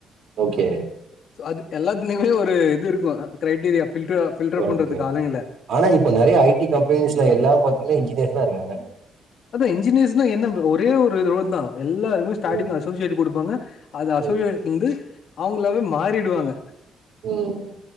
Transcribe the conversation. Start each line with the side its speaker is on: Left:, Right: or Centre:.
Right: ஓகே
Left: சோ அது எல்லாத்துலயுமே ஒரு இது இருக்கு ஆ கிரைடீரியா ஃபில்டா ஃபில்டர்
Right: ஓகே.
Left: பண்றதுக்கு ஆளுங்கில்ல
Right: ஆனா இப்ப நெறைய ஜடி கம்பெனிஸ்ல எல்லா பாத்தீங்ன இன்ஜினியர் தா இருக்காங்க
Left: அதா இன்ஜினியர்ஸ்னா என்ன ப ஒரே ஒரு ரோல் தா எல்லாருமே ஸ்டார்ட்டிங்
Right: ம்,
Left: அசோசியேட் குடுப்பாங்க அது அசோசியேஸ்
Right: ம்.
Left: இந்து அவங்களாவே மாறிடுவாங்க
Right: ம் ம்